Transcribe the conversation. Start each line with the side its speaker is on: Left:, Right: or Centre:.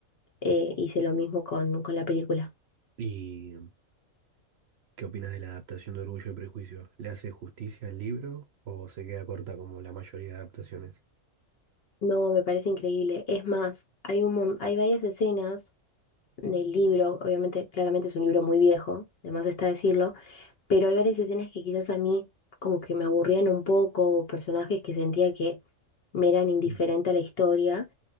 Left: eh, hice lo mismo con, con la película.
Right: ¿Y qué opinas de la adaptación de Orgullo y Prejuicio? ¿Le hace justicia al libro o se queda corta como la mayoría de adaptaciones?
Left: No, me parece increíble. Es más, hay un, mon- hay varias escenas del libro, obviamente, claramente es un libro muy viejo, además está decirlo, pero hay varias escenas que quizás a mí como que me aburrían un poco, o personajes que sentía que me eran indiferente
Right: Mm,
Left: a la historia